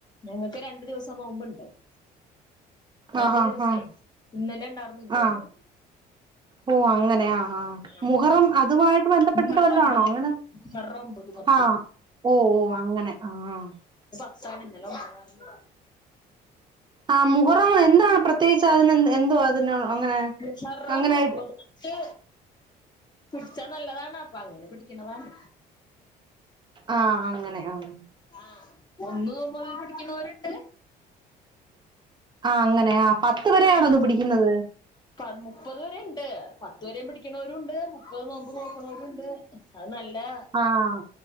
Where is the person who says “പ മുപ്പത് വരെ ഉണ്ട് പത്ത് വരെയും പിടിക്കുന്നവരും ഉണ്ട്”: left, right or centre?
Left